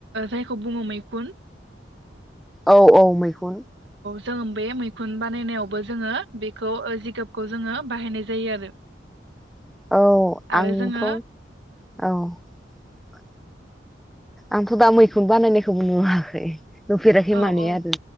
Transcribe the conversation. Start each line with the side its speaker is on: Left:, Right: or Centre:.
Right: जायखौ बुङो मैखुन?
Centre: औ औ मैखुन।
Right: जों बे मैखुन बानायनायावबो जोङो बेखौ ओ जिगाबखौ जोङो बाहायनाय जायो आरो।
Centre: औ
Right: आरो
Centre: आंथ'
Right: जोङो
Centre: औ आंथ' दा मैखुन बानायनायखौबो नुवाखै। नुफेराखै
Right: औ
Centre: माने
Right: औ
Centre: आरो